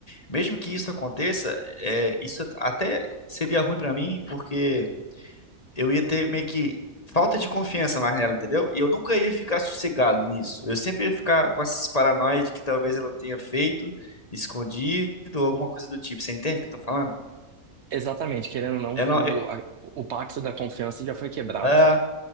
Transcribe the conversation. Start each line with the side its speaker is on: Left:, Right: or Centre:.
Left: Mesmo que isso aconteça, é, isso até seria ruim pra mim porque eu ia ter meio que falta de confiança mais nela, entendeu? E eu nunca ia ficar sossegado nisso. Eu sempre ia ficar com essas paranoias de que talvez ela tenha feito escondido ou alguma coisa do tipo. Você entende o que eu tô falando?
Right: Exatamente, querendo ou não,
Left: Eu não,
Right: o, a- o pacto da confiança já foi quebrado.
Left: É,